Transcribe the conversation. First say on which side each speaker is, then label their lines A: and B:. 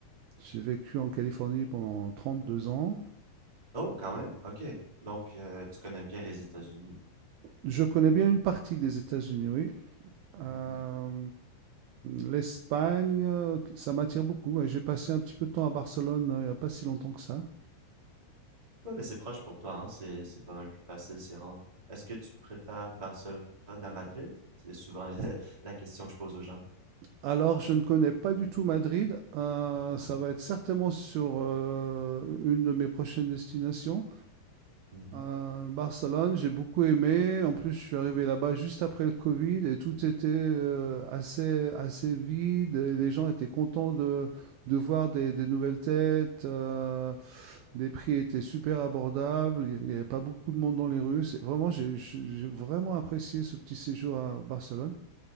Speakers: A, on the right; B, on the right.
A: J'ai vécu en Californie pendant 32 ans.
B: Oh, quand même, ok. Donc, euh, tu connais bien les États-Unis.
A: Je connais bien une partie des États-Unis, oui. Euh, L'Espagne, euh, ça m'attire beaucoup. ouais. j'ai passé un petit peu de temps à Barcelone euh, il n'y a pas si longtemps que ça.
B: Ouais, ben c'est proche pour toi, hein. C'est, c'est pas mal plus facile s'y rendre. Est-ce que tu préfères Barcelone à Madrid? C'est souvent la, <laughs> la question que je pose aux gens.
A: Alors, je ne connais pas du tout Madrid. Euh,
B: Ah,
A: ça va être certainement sur euh, une de mes prochaines destinations.
B: mhm,
A: Euh, Barcelone, j'ai beaucoup aimé. En plus, je suis arrivé là-bas juste après le Covid et tout était euh, assez, assez vide. Et les gens étaient contents de, de voir des, des nouvelles têtes. Euh, les prix étaient super abordables. Il n'y avait pas beaucoup de monde dans les rues. C'est- Vraiment, j'ai j'ai- j'ai vraiment apprécié ce petit séjour à Barcelone.